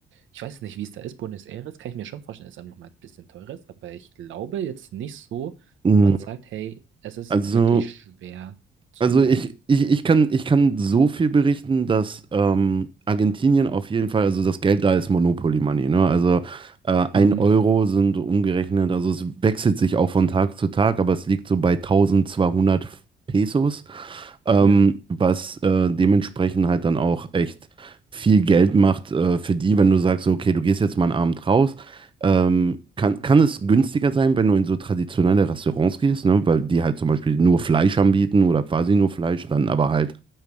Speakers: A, on the right; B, on the right.
A: Ich weiß nicht, wie es da ist. Buenos Aires kann ich mir schon vorstellen, ist dann nochmal ein bisschen teurer, ist, aber ich glaube jetzt nicht so,
B: Mhm.
A: wo man sagt, hey, es ist
B: Also,
A: wirklich schwer zu.
B: also ich, ich, ich kann, ich kann so viel berichten, dass ähm, Argentinien auf jeden Fall, also das Geld da ist Monopoly Money, ne? Also äh, ein
A: Mhm.
B: Euro sind umgerechnet, also es wechselt sich auch von Tag zu Tag, aber es liegt so bei 1200 Pesos. ähm,
A: Ja.
B: was äh, dementsprechend halt dann auch echt viel Geld macht äh, für die, wenn du sagst, so, okay, du gehst jetzt mal einen Abend raus. Ähm, kann, kann es günstiger sein, wenn du in so traditionelle Restaurants gehst, ne? Weil die halt zum Beispiel nur Fleisch anbieten oder quasi nur Fleisch, dann aber halt